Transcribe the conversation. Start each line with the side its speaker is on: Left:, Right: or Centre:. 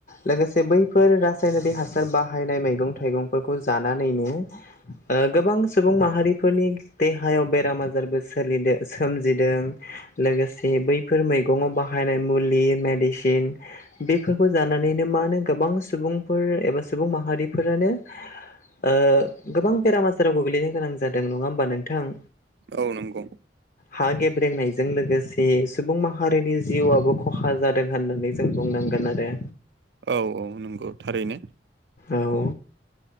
Left: लोगोसे बैफोर रासायनारि हासार बाहायनाय मैगं थाइगं फोरखौ जानानैनो ओ गोबां सुबुं माहारिफोरनि देहायाव बेराम आजारबो सोलिदों सोमजिदों लोगोसे बै बेफोर मैगंव बाहायनाय मुलि मेडिसिन बेफोरखौ जानानैनो मा होनो गोबां सुबुंफोर एबा सुबुं माहारिफोरानो ओ गोबां बेराम आजाराव गोग्लैनो गोनां जादों नङा होमबा नोंथां?
Right: औ नंगौ
Left: हा गेब्रेंनायजों लोगोसे सुबुं माहारिनि जिउआबो खहा जादों होननानै जों बुंनांगोन आरो
Right: औ औ नंगौ थारैनो।
Left: औ ओ